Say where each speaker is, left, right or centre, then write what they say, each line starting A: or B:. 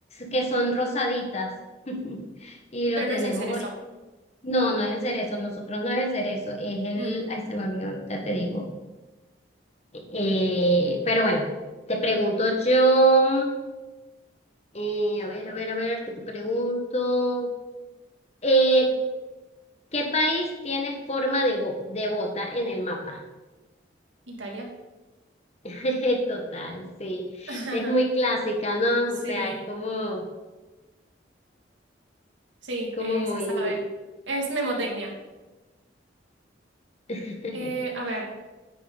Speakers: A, on the left; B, on the right.
A: que son rosaditas. <laughs> Y lo
B: Pero
A: tenemos
B: no es el cerezo.
A: ahorita. No, no es el cerezo, nosotros no es el cerezo, es el,
B: Mm,
A: ay, se me olvidó, ahorita te digo. Eh, pero bueno, te pregunto yo, eh, a ver, a ver, a ver, ¿qué te pregunto? Eh, ¿qué país tiene forma de, bo- de bota en el mapa?
B: Italia.
A: <laughs> Total, sí.
B: <laughs>
A: Sí, es muy clásica, ¿no?
B: Sí,
A: O sea, es como,
B: sí,
A: como
B: eh,
A: muy...
B: se sabe. Es memotecnia.
A: <laughs>
B: Eh, a ver.